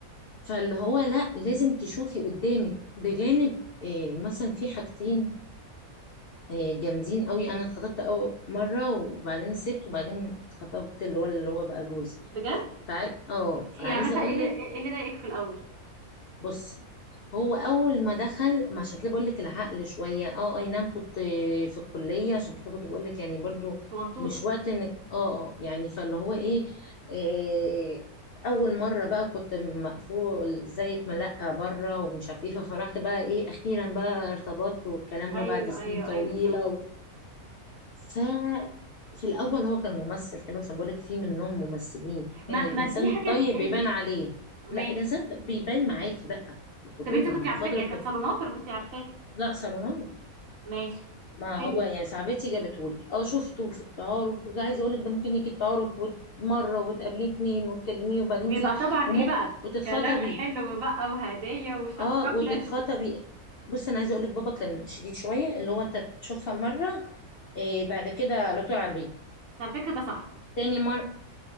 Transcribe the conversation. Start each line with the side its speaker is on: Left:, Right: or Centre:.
Left: فاللي هو لا لازم تشوفي قدامك بجانب إيه مثلا في حاجتين إيه جامدين قوي انا اتخطبت اول مرة وبعدين سبت وبعدين اتخطبت اللي هو اللي هو بقى جوزي
Right: بجد
Left: فع... اه
Right: طب يعني
Left: فعايزة
Right: مثلا
Left: اقول
Right: ايه اللي
Left: لك
Right: إيه اللي ضايقك في الاول
Left: بصي هو اول ما دخل ما عشان كده بقول لك العقل شويه اه آه، اي نعم كنت في الكليه عشان كده كنت بقول لك يعني برضو
Right: صغنطوطة
Left: مش وقت انك اه اه يعني فاللي هو ايه آه، اول مره بقى كنت مقفول زيك ملقه بره ومش عارف ايه ففرحت بقى ايه اخيرا بقى ارتبطت والكلام
Right: ايوه
Left: ده بعد سنين
Right: ايوه
Left: طويله
Right: ايوه صح
Left: ف في الاول هو كان ممثل حلو عشان بقول لك في منهم ممثلين
Right: ما
Left: يعني الانسان
Right: ما دي حاجة
Left: طيب
Right: تضايق
Left: بيبان عليه
Right: ماشي
Left: لا الانسان طب بيبان معاكي بقى في الخطوبه
Right: طب انت كنت
Left: مع
Right: عارفاه
Left: فتره
Right: يعني كانت
Left: ال-
Right: صالونات ولا كنت عارفاه
Left: لا صالونات
Right: ماشي
Left: ما
Right: حلو
Left: هو يعني
Right: ده
Left: صاحبتي جابته لي اه شفته في التعارف وعايزه اقول لك ده ممكن يجي التعارف وت- مره وتقابليه اتنين وتكلميه وبعدين
Right: ويبقى
Left: تيجي
Right: طبعا
Left: وممكن
Right: ايه بقى
Left: وتتخطبي
Right: كلام حلو بقى وهدية وشوكليت
Left: اه وتتخطبي
Right: و...
Left: بص انا عايزه اقول لك بابا كان شديد شويه اللي هو انت تشوفها مره إيه بعد كده على طول على البيت
Right: على فكرة ده صح
Left: تاني مرة